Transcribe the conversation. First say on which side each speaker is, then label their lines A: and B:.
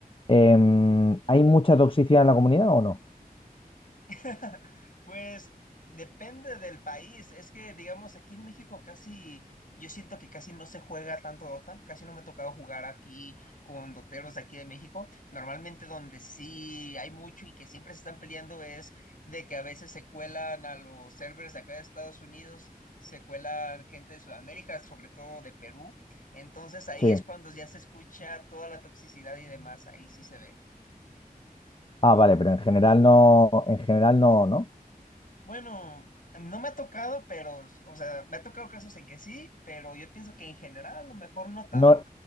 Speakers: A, on the left (about 35°); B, on the left (about 60°).
A: Em, ¿hay mucha toxicidad en la comunidad o no?
B: <laughs> Pues depende del país. Es que, digamos, aquí en México casi, yo siento que casi no se juega tanto Dota. Casi no me ha tocado jugar aquí con doteros de aquí de México. Normalmente donde sí hay mucho y que siempre se están peleando es de que a veces se cuelan a los servers de acá de Estados Unidos, se cuelan gente de Sudamérica, sobre todo de Perú. Entonces ahí
A: Sí.
B: es cuando ya se escucha toda la toxicidad y demás. Ahí sí se ve.
A: Ah, vale, pero en general no, en general no, ¿no?
B: Bueno, no me ha tocado, pero, o sea, me ha tocado casos en que sí, pero yo pienso que en general a lo mejor no tanto.
A: No,